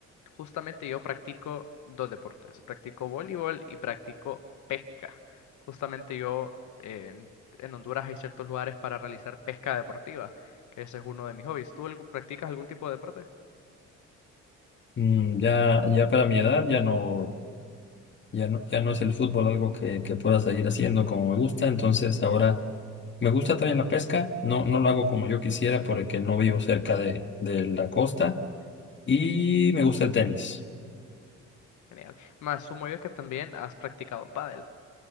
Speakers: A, on the left; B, on the left.
A: Justamente yo practico dos deportes. Practico voleibol y practico pesca. Justamente yo eh, en, en Honduras hay ciertos lugares para realizar pesca deportiva, que ese es uno de mis hobbies. ¿Tú algu- practicas algún tipo de deporte?
B: Mm, ya, ya para mi edad ya no, ya no, ya no es el fútbol algo que, que pueda seguir haciendo como me gusta, entonces ahora me gusta también la pesca, no, no lo hago como yo quisiera porque no vivo cerca de, de la costa y me gusta el tenis.
A: Genial. Me asumo yo que también has practicado pádel,